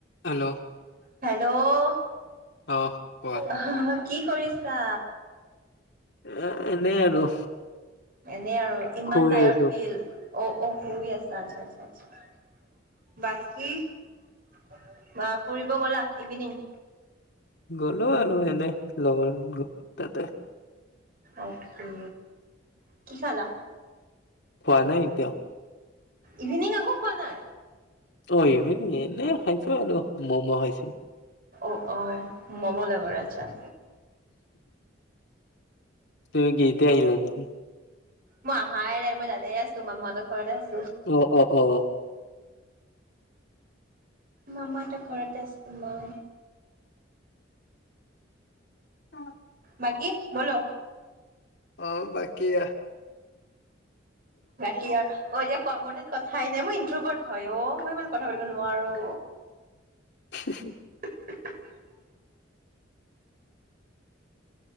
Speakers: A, on the left (about 60°); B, on the right (about 50°).
A: Hello
B: hello,
A: অ কোৱা।
B: আহ কি কৰিছা
A: এ এনে আৰু
B: এনে আৰু ইমান
A: শুই
B: টায়াৰ্ড
A: আছো
B: ফিল অ', অ' শুই আছা আতচা আতচা। বাকী বা ফুৰিব গ'লা ইভিনিং।
A: গ'লো আৰু এনেই লগৰ তাতে।
B: অকে কি খালা?
A: খোৱা নাই এতিয়াও।
B: ইভিনিং একো খোৱা নাই?
A: অ', ইভিনি এনে খাইছো আৰু মম' খাইছো।
B: অ', অ', মম' লাভাৰ আতচা।
A: তুমি কি এতিয়া আহিলা নেকি?
B: মই আহাই নাই মই তাতেই আছো মামাহঁতৰ ঘৰতে আছ
A: অ', অ', অ।
B: মামা এটা ঘৰতে আছে মই।
A: <unintelligible>
B: বাকী ব'লো
A: অ', বাকী আ
B: বাকী <unintelligible> কোৱা মোৰটো কথাই নাই মই ইন্ত্ৰভাৰ্ত অ', মই ইমান কথা পাতিব নোৱাৰো।
A: <unintelligible>
B: <unintelligible>